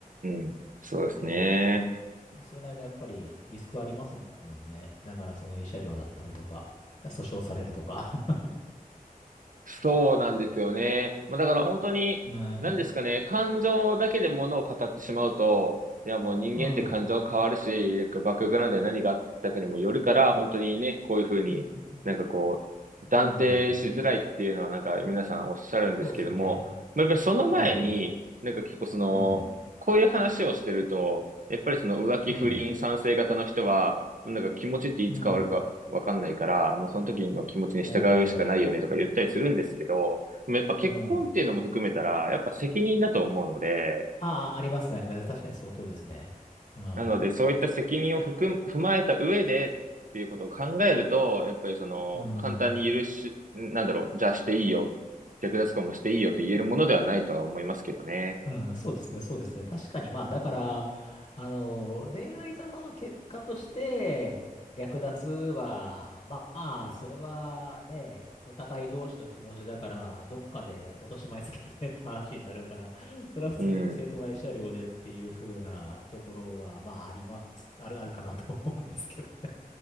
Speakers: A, on the right; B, on the left.
A: ん。そうですね。
B: ええそれなりのやっぱりリスクありますもんね。だからその慰謝料だったりとか、訴訟されるとか。
A: そうなんですよね。まあ、だから本当に、
B: <laughs> うん。
A: 何ですかね、感情だけで物を語ってしまうと、いやもう人間って感情は変わるし、
B: うん。
A: バックグラウンドに何があったかにもよるから、本当にね、こういうふうになんかこう、
B: うん。
A: 断定しづらいっていうのはなんか皆さんおっしゃるんですけども、
B: うんそうですね。
A: まあ、やっぱりその前に、
B: うん。
A: なんか結構その、
B: うん。
A: こういう話をしてると、やっぱりその浮気不倫賛成型の人は、
B: うん。
A: なんか気持ちっていつ変わるかわかんないから、
B: うん。
A: もうその時の気持ちに従うしかないよねとか言ったりするんですけど、
B: おー。
A: でもやっぱ結婚っていうのも含めたら、
B: うん。あ
A: やっぱ責任だと思うので、
B: あ、ありますね、ありますね。確かにその通りですね。うん。
A: なのでそういった責任を含む、踏まえた上でっていうことを考えると、やっぱりその簡単に許し、
B: うん。
A: なんだろう、じゃあしていいよ、略奪婚もしていいよと言えるものではないとは思いますけどね。
B: うん。そうですね、そうですね。確かに、まあ、だから、あの、恋愛沙汰の結果として、略奪は、まあ、それはね、お互い同士の気持ちだから、どっかで落とし前つけてねって話になるから、それは普通に正当な慰謝料でっていう風なところは、
A: うん、
B: まあ、あります、ある、あるかなと思うんですけどね。